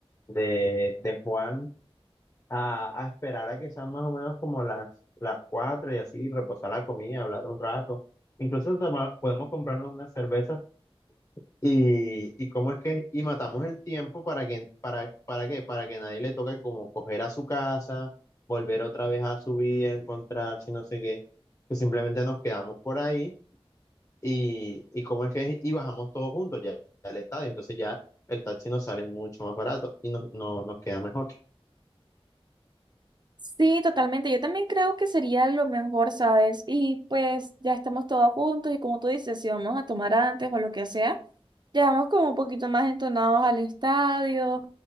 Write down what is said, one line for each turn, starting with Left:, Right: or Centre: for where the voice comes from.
Left: de, de Juan, a, a esperar a que sean más o menos como las, las 4 y así reposar la comida, hablar un rato. Incluso toma- podemos comprarnos unas cervezas y, y cómo es que, y matamos el tiempo para que, para, para qué, para que nadie le toque como coger a su casa, volver otra vez a su vida, encontrarse, no sé qué, que simplemente nos quedamos por ahí y, y cómo es que, y bajamos todos juntos ya al estadio, entonces ya el taxi nos sale mucho más barato y nos, no, nos queda mejor.
Right: Sí, totalmente. Yo también creo que sería lo mejor, ¿sabes? Y pues ya estamos todos juntos y como tú dices, si vamos a tomar antes o lo que sea, llegamos como un poquito más entonados al estadio,